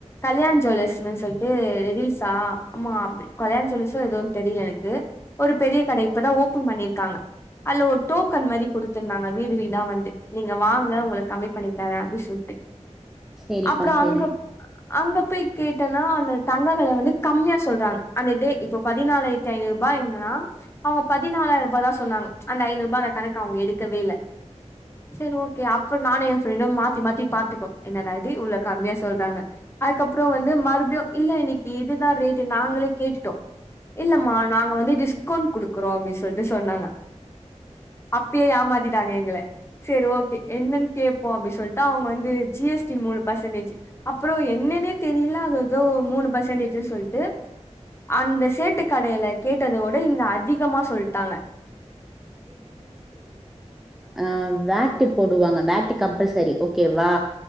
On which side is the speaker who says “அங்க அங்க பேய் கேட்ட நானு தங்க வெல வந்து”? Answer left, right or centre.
Left